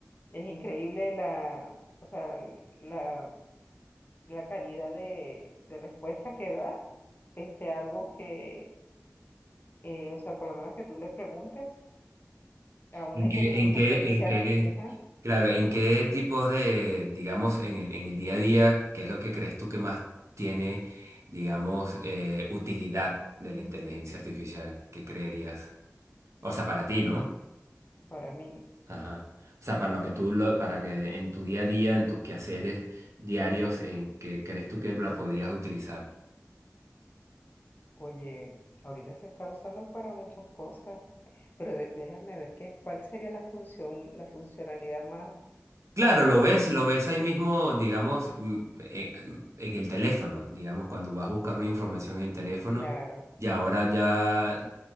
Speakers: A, on the left; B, on the right.
A: es increíble la, o sea, la la calidad de, de respuesta que da, este, algo que, eh, o sea, por lo menos que tú le preguntes a una
B: ¿En
A: inteligencia
B: qué, en qué,
A: artificial,
B: en qué,
A: ajá,
B: claro, en qué tipos de, digamos, en el, en el día a día, qué es lo que crees tú que más tiene, digamos, eh, utilidad de la inteligencia artificial? ¿Qué creerías? O sea, para ti, ¿no?
A: para mí,
B: Ajá. O sea, para lo que tú, lo, para que en tu día a día, en tus quehaceres diarios, ¿en qué crees tú que la podías utilizar?
A: oye, ahorita se está usando para muchas cosas, pero de- déjame ver qué, cuál sería la función, la funcionalidad más,
B: Claro, lo ves, lo ves ahí mismo, digamos, mm, eh, en el teléfono, digamos, cuando vas a buscar una información en el teléfono
A: claro,
B: y ahora ya,